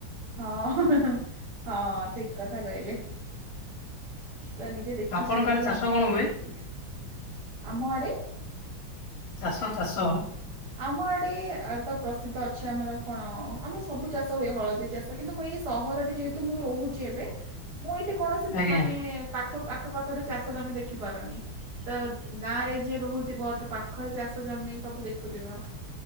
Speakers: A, on the right (about 55°); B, on the left (about 75°).
A: ହଁ ହଁ ଠିକ କଥା କହିଲେ। ତ ନିଜେ ଦେଖି
B: ଆପଣଙ୍କ
A: ଚାହିଁକି
B: ଆଡେ ଚାଷ
A: ଆମର,
B: କଣ ହୁଏ
A: ଆମ ଆଡେ
B: ଚାଷ ଚାଷ।
A: ଆମ ଆଡେ-ଏ-ଏ ତ ପ୍ରସିଦ୍ଧ ଅଛି ଆମର କଣ ଆମର ସବୁ ଚାଷ ହୁଏ ହଳଦୀ ଚାଷ କିନ୍ତୁ ମୁଁ ଏଇ ସହରରେ ଯେହେତୁ ମୁଁ ରହୁଛି ଏବେ, ମୁଁ ଏଇଠି କୌଣସି
B: ଆଜ୍ଞା
A: ମାନେ ପାଖ ଆଖ ପାଖରେ ଚାଷ ଜମି ଦେଖିପାରୁନି। ତ ଗାଁ ରେ ଯିଏ ରହୁଥିବ ତ ପାଖରେ ଚାଷ ଜମି ସବୁ ଦେଖ ଦେଖୁଥିବ